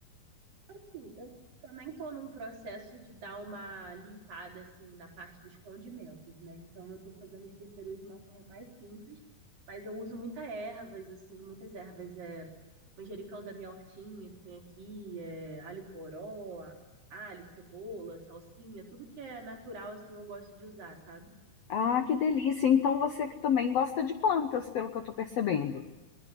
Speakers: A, on the right; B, on the left.
A: Assim, eu também tô num processo de dar uma limpada, assim, na parte dos condimentos, né? Então, eu tô fazendo os temperos de uma forma mais simples, mas eu uso muitas ervas, assim, muitas ervas. É, manjericão da minha hortinha que tem aqui, é, alho poró, a- alho, cebola, salsinha, tudo que é natural, assim, eu gosto de usar, sabe?
B: Ah, que delícia. Então, você que também gosta de plantas, pelo que eu estou percebendo.